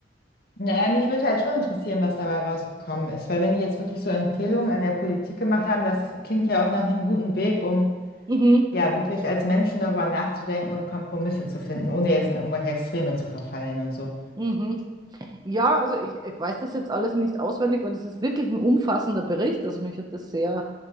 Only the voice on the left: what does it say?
Naja, mich würde halt schon interessieren, was dabei rausgekommen ist, weil wenn die jetzt wirklich so Empfehlungen an der Politik gemacht haben, das klingt ja auch nach einem guten Weg, um
ja wirklich als Menschen darüber nachzudenken und Kompromisse zu finden, ohne jetzt in irgendwelche Extreme zu verfallen und so.